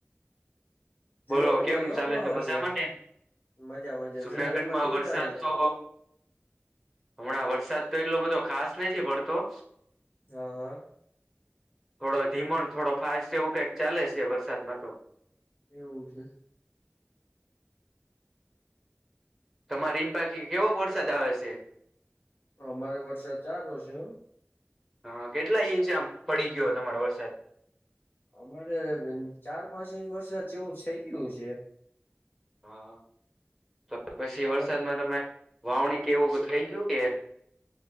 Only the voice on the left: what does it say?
જુનાગઢ
માં કેવોક
માહોલ
છે
મજા મજા
જુનાગઢ માં કેવું
ચાલે છે
હા, હા.
એવું છે.
અમારે વરસાદ ચારો સે.
અમારે ચાર-પાંચ ઇંસ વરસાદ જેવું થઇ ગયું હસે.
તમાર